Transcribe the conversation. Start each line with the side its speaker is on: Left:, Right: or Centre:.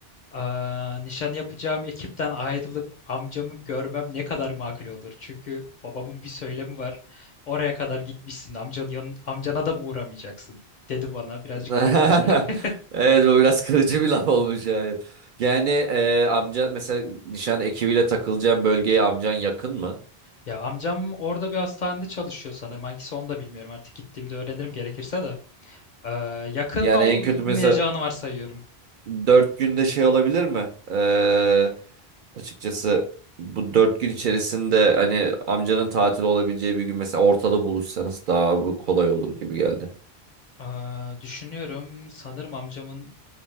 Left: ee, nişanı yapacağım ekipten ayrılıp amcamı görmem ne kadar makul olur? Çünkü babamın bir söylemi var. Oraya kadar gitmişsin. Amcanın yan, amcana da mı uğramayacaksın? dedi bana. Birazcık
Right: <laughs>
Left: kırdı beni. <laughs>
Right: Evet bu biraz kırıcı bir laf olmuş yani. Yani e, amca mesela nişan ekibiyle takılacağın bölgeye amcan yakın mı?
Left: Ya amcam orada bir hastanede çalışıyor sanırım. Hangisi onu da bilmiyorum artık. Gittiğimde öğrenirim gerekirse de. Ee, yakın
Right: Yani
Left: olmayacağını
Right: en kötü mesela
Left: varsayıyorum.
Right: dört günde şey olabilir mi? Ee, açıkçası bu dört gün içerisinde hani amcanın tatil olabileceği bir gün mesela ortada buluşsanız daha bu kolay olur gibi geldi.
Left: Aa, düşünüyorum sanırım amcamın